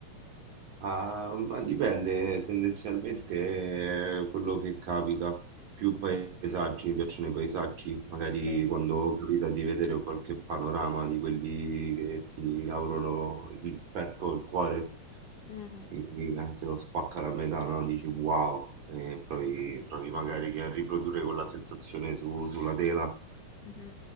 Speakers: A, on the right; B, on the left.
A: Ah, ma dipende tendenzialmente eh, quello che capita. Più paesaggi, mi piacciono i paesaggi, magari
B: Belli.
A: quando capita di vedere qualche panorama di quelli che ti aprono il petto, il cuore,
B: Mh-mh,
A: quindi eh, te lo spacca la metà, no? Dici wow, e provi, provi magari che a riprodurre quella sensazione su- sulla tela.
B: mh-mh,